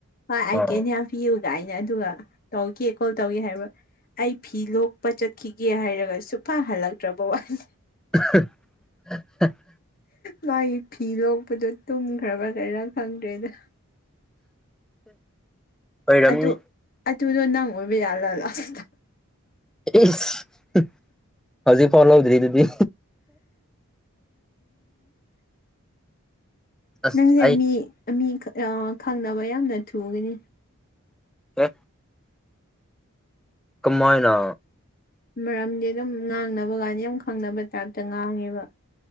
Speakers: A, on the left (about 40°); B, in the centre.
A: ꯍꯣꯏ ꯑꯩꯏ
B: ꯑꯥ
A: ꯀꯦꯅꯦꯜ ꯄꯤꯌꯨꯒ ꯀꯥꯏꯅ ꯑꯗꯨꯒ ꯇꯧꯒꯦ ꯀꯣꯜ ꯇꯧꯒꯦ ꯍꯥꯏꯕ꯭ꯔ ꯑꯩ ꯐꯤ ꯂꯣꯛꯄ ꯆꯠꯈꯤꯒꯦ ꯍꯥꯏꯔꯒ ꯁꯨꯡꯐ ꯍꯜꯂꯛꯇ꯭ꯔꯕ ꯋꯥꯅꯤ꯫
B: <unintelligible>
A: ꯃꯥꯒꯤ ꯐꯤ ꯂꯣꯛꯄꯗꯣ ꯇꯨꯝꯈ꯭ꯔꯕ ꯀꯩꯔꯥ ꯈꯪꯗ꯭ꯔꯦꯗ꯫
B: ꯑꯣꯏꯔꯝꯅꯤ꯫
A: ꯑꯗꯨ ꯑꯗꯨꯗꯣ ꯅꯪ ꯑꯣꯏꯕ ꯌꯥꯜꯂꯜꯂꯁ
B: ꯏꯁ ꯍꯧꯖꯤꯛ ꯐꯥꯎ ꯂꯧꯗ꯭ꯔꯤ ꯑꯗꯨꯗꯤ꯫ ꯑꯁ
A: ꯅꯪꯁꯦ
B: ꯑꯩ
A: ꯃꯤ ꯃꯤ ꯈꯪꯅꯕ ꯌꯥꯝꯅ ꯊꯨꯒꯅꯤ꯫
B: ꯑꯦ꯫ ꯀꯃꯥꯏꯅ꯫
A: ꯃꯔꯝꯗꯤ ꯑꯗꯨꯝ ꯉꯥꯡꯅꯕ ꯀꯥꯟꯗ ꯌꯥꯝ ꯈꯪꯅꯕ ꯇꯥꯏꯞꯇ ꯉꯥꯡꯉꯦꯕ꯫